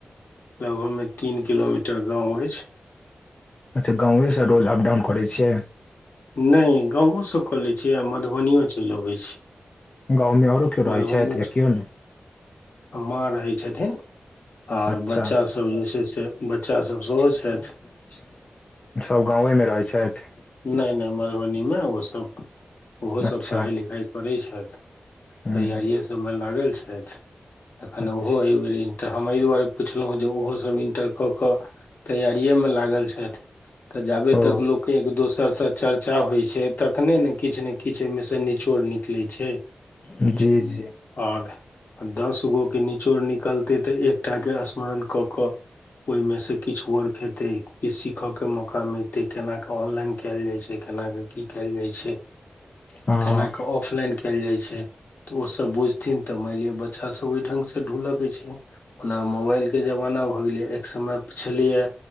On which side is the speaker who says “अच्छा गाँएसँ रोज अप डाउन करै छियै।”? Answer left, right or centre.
Left